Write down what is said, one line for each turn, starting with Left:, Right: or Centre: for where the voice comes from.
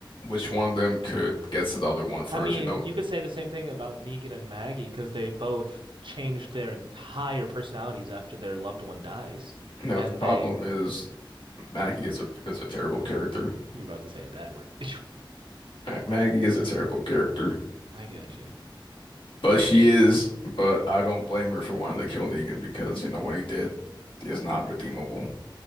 Left: which one of them could get to the other one first.
Right: I mean,
Left: You know,
Right: you could say the same thing about Negan and Maggie because they both changed their entire personalities after their loved one dies,
Left: you know,
Right: and
Left: the problem
Right: they.
Left: is Maggie is a is a terrible character.
Right: You were about to say a bad word. <laughs>
Left: Maggie is a terrible character.
Right: I get you.
Left: But she is, but I don't blame her for wanting to kill Negan because, you know, what he did is not redeemable.